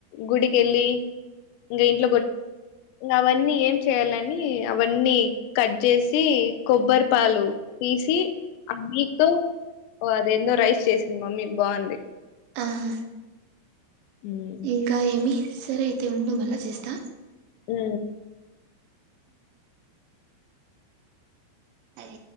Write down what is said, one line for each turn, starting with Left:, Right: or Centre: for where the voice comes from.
Left: గుడిక వెళ్ళి ఇంకా ఇంట్లో కొ అవన్నీ ఏం చేయాలని అవన్నీ కట్ చేసి కొబ్బరి పాలు తీసి ఆ మీతో ఆ అది ఎందొ రైస్ చేసింది మమ్మీ బాగుంది
Right: ఆహా
Left: ఉమ్
Right: ఇంకా ఏమి సరే అయితే ఉండు మళ్ళా చేస్తా
Left: ఓ
Right: అది